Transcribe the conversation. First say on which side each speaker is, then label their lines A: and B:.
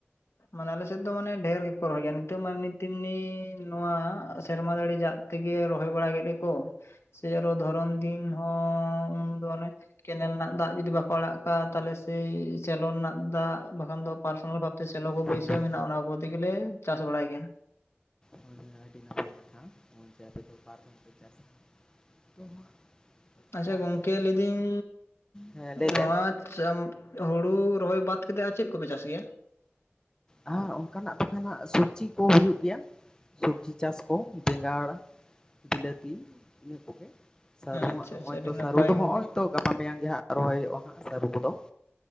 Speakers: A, on the left; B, on the left.
A: ᱢᱟᱱᱮ ᱟᱞᱮᱥᱮᱫ ᱫᱚ ᱢᱟᱱᱮ ᱰᱷᱮᱨ ᱜᱮᱠᱚ ᱨᱚᱦᱚᱭ ᱜᱮᱭᱟ ᱾ ᱱᱤᱛᱚᱜ ᱢᱟ ᱮᱢᱱᱤ ᱛᱮᱢᱱᱤ ᱱᱚᱣᱟ ᱥᱮᱨᱢᱟ ᱫᱟᱲᱮ ᱡᱟᱜ ᱛᱮᱜᱮ ᱨᱚᱦᱚᱭ ᱵᱟᱲᱟ ᱜᱮᱞ ᱠᱚ ᱥᱮ ᱨᱮ ᱫᱷᱚᱨᱚᱱ ᱫᱤᱱ ᱦᱚᱸ ᱢᱟᱱᱮ ᱠᱮᱱᱮᱞ ᱨᱮᱱᱟᱜ ᱫᱟᱜ ᱡᱩᱫᱤ ᱵᱟᱠᱚ ᱟᱲᱟᱜ ᱠᱟᱜ, ᱛᱟᱦᱚᱞᱮ ᱥᱮᱭ ᱥᱮᱞᱚᱱ ᱨᱮᱱᱟᱜ ᱫᱟᱜ ᱵᱟᱠᱷᱟᱱ ᱫᱚ ᱯᱟᱨᱥᱚᱱᱟᱞ ᱵᱷᱟᱵᱛᱮ ᱪᱞᱚ ᱠᱚ
B: ᱦᱳᱭ
A: ᱵᱟᱹᱭ ᱥᱟᱹᱣ
B: ᱦᱳᱭ
A: ᱢᱮᱱᱟᱜᱼᱟ ᱚᱱᱟ ᱠᱚ ᱛᱮᱜᱮᱞᱮ ᱪᱟᱥ ᱵᱟᱲᱟᱭ ᱜᱮᱭᱟ ᱾
B: ᱦᱳᱭ ᱦᱳᱭ ᱟᱹᱰᱤ ᱱᱟᱯᱟᱭ ᱠᱟᱛᱷᱟ <unintelligible> <unintelligible>
A: ᱟᱪᱪᱷᱟ
B: ᱵᱟᱨ
A: ᱜᱚᱝᱠᱮ
B: ᱫᱚᱢ ᱪᱟᱥ
A: ᱞᱟᱹᱭᱫᱟᱹᱧ
B: ᱦᱮᱸ ᱞᱟᱹᱭ
A: ᱱᱚᱣᱟ
B: ᱵᱮᱱ
A: ᱪᱟᱫ ᱦᱩᱲᱩ ᱨᱚᱦᱚᱭ ᱵᱟᱫ ᱠᱟᱛᱮ ᱟᱨ ᱪᱮᱫ ᱠᱚᱯᱮ ᱪᱟᱥ ᱜᱮᱭᱟ?
B: ᱦᱮᱸ ᱚᱱᱠᱟᱱᱟᱜ ᱫᱚᱠᱟᱱᱟᱜ ᱥᱚᱵᱡᱤ ᱠᱚ ᱦᱩᱭᱩᱜ ᱜᱮᱭᱟ ᱾ ᱥᱚᱵᱽᱡᱤ ᱪᱟᱥ ᱠᱚ ᱵᱮᱸᱜᱟᱲ ᱵᱤᱞᱟᱹᱛᱤ ᱤᱱᱟᱹ ᱠᱚᱜᱮ ᱾ ᱥᱟᱹᱨᱩ
A: ᱟᱪᱪᱷᱟ
B: ᱦᱟᱸᱜ ᱱᱚᱜᱼᱚᱭ
A: ᱟᱪᱪᱷᱟ ᱟᱹᱰᱤ
B: ᱛᱚ
A: ᱱᱟᱯᱟᱭ
B: ᱥᱟᱹᱨᱩ ᱫᱚ
A: ᱜᱚᱝᱠᱮ
B: ᱦᱚᱜᱼᱚᱭ ᱛᱚ ᱜᱟᱯᱟ ᱢᱮᱭᱟᱝ ᱜᱮ ᱦᱟᱸᱜ ᱨᱚᱦᱚᱭ ᱦᱩᱭᱩᱜᱼᱟ ᱦᱟᱸᱜ ᱥᱟᱹᱨᱩ ᱠᱚᱫᱚ ᱾